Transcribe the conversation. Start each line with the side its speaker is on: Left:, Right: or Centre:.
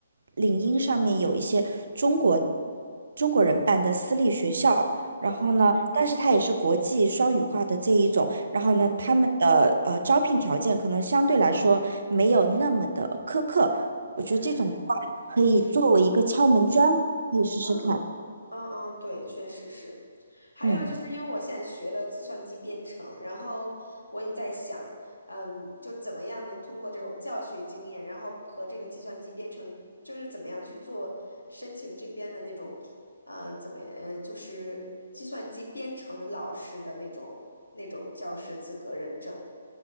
Right: 领英上面有一些中国中国人办的私立学校，然后呢，
Left: 嗯嗯
Right: 但是它也是国际双语化的这一种，然后呢，
Left: 嗯
Right: 他们的呃招聘条件可能相对来说没有那么的苛刻，我觉得这种的话可以作为一个敲门砖，
Left: 嗯嗯。
Right: 可以试试看。
Left: 嗯嗯嗯，对，确实是。还有就是因为我现在学了计算机编程，
Right: 嗯，
Left: 然后我也在想，嗯，就怎么样能通过这种教学经验，然后和这个计算机编程，就是怎么样去做申请这边的那种，呃，怎么，呃，就是计算机编程老师的那种那种教师资格认证。